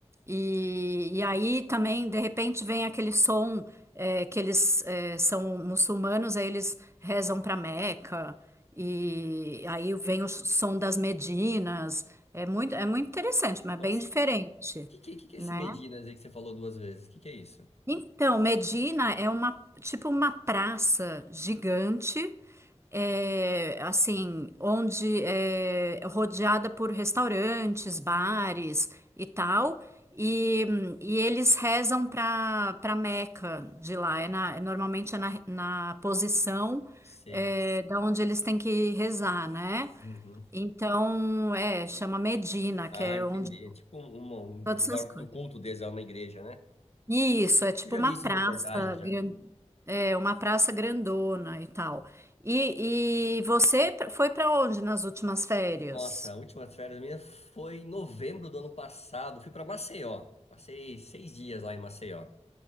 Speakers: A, on the right; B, on the left.
A: E, e aí também, de repente, vem aquele som é, que eles é, são muçulmanos, aí eles rezam para Meca, e aí vem o som das Medinas. É muito, é muito interessante, mas
B: Nossa,
A: bem diferente,
B: o que, que, que que é
A: né?
B: esse Medinas aí que você falou duas vezes? O que, que é isso?
A: Então, Medina é uma tipo uma praça gigante, é, assim, onde é é rodeada por restaurantes, bares e tal, e, e eles rezam para para Meca de lá. É na- é normalmente é na, na posição
B: Sei.
A: é, da onde eles têm que rezar, né?
B: Uhum.
A: Então, é, chama Medina, que
B: Ah,
A: é
B: entendi.
A: onde
B: É tipo um, uma- um
A: todas
B: lugar
A: essas coisas.
B: do culto deles lá na igreja, né?
A: Isso, é tipo
B: Acho que eu já
A: uma
B: vi isso
A: praça
B: em reportagem já.
A: grande. É, uma praça grandona e tal. E, e você pra- foi para onde nas últimas férias?
B: Nossa, a última férias minha foi em novembro do ano passado. Fui pra Maceió. Passei seis dias lá em Maceió.